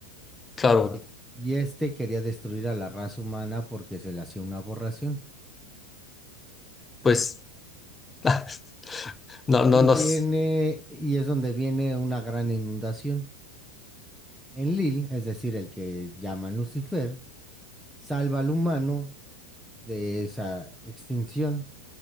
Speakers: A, on the left; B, in the centre.
A: claro,
B: Y, el- y este quería destruir a la raza humana porque se le hacía una aberración.
A: pues <laughs> no, no,
B: Y
A: no.
B: viene,
A: s-
B: y es donde viene una gran inundación. En Lil, es decir, el que llaman Lucifer, salva al humano de esa extinción